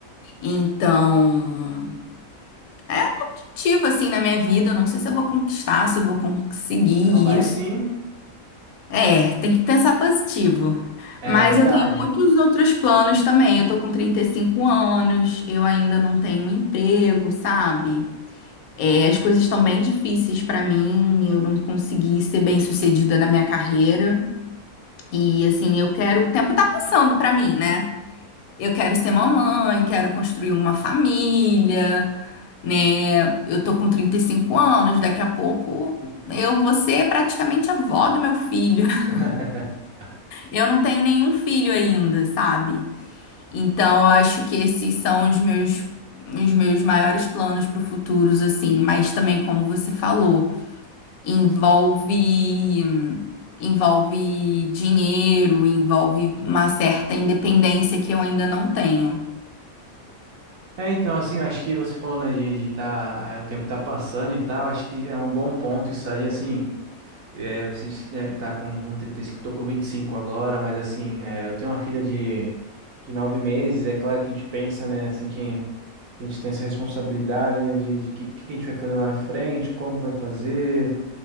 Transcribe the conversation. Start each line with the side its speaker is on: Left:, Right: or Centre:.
Left: Então, é ativo assim na minha vida. Eu não sei se eu vou conquistar, se eu vou conseguir
Right: Não, vai
Left: isso.
Right: sim.
Left: É, tem que pensar positivo.
Right: É
Left: Mas
Right: verdade.
Left: eu tenho muitos outros planos também. Eu tô com 35 anos, eu ainda não tenho um emprego, sabe? É, as coisas estão bem difíceis para mim, eu não consegui ser bem-sucedida na minha carreira. E assim, eu quero, o tempo tá passando para mim, né? Eu quero ser mamãe, quero construir uma família, né? Eu tô com 35 anos, daqui a pouco eu vou ser praticamente avó do meu filho. <laughs>
Right: <laughs>
Left: Eu não tenho nenhum filho ainda, sabe? Então, eu acho que esses são os meus os meus maiores planos para o futuro, assim, mas também como você falou, envolve envolve dinheiro, envolve uma certa independência que eu ainda não tenho.
Right: É, então, assim, eu acho que você falou, né, de, de tá, é, o tempo tá passando e tal, acho que é um bom ponto isso aí, assim, É, você disse que né, tá com, com 35, eu tô com 25 agora, mas assim, é, eu tenho uma filha de, de nove meses, é claro que a gente pensa, né, assim, que, que a gente tem essa responsabilidade, né, de, de que, que a gente vai fazer lá na frente, como vai fazer,